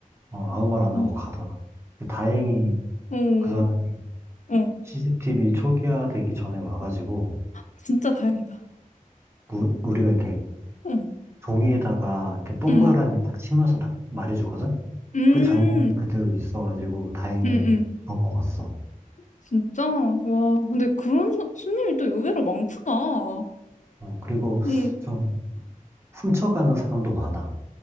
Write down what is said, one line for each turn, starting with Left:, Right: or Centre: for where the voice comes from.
Right: 어 아무 말 안
Left: 어,
Right: 하고 가더라 근데 다행히
Left: 어,
Right: 그 사람이
Left: 어,
Right: CCTV 초기화되기 전에 와가지고
Left: 진짜 다행이다.
Right: 우, 우리가 이렇게
Left: 응,
Right: 종이에다가 이렇게 동그라미
Left: 응
Right: 딱 치면서 딱 말해주거든
Left: 응
Right: 그 장면이 그대로 있어가지고 다행히
Left: 응 응
Right: 넘어갔어
Left: 진짜? 와, 근데 그런 손- 손님이 또 의외로 많구나.
Right: 어 그리고
Left: 응.
Right: 좀 훔쳐가는 사람도 많아.